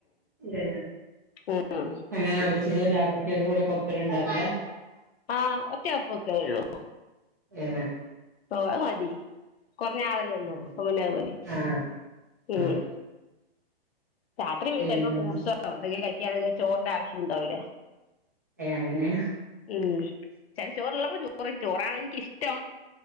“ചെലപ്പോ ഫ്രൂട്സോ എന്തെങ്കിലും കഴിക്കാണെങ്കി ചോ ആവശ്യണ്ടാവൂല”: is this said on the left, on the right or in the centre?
Left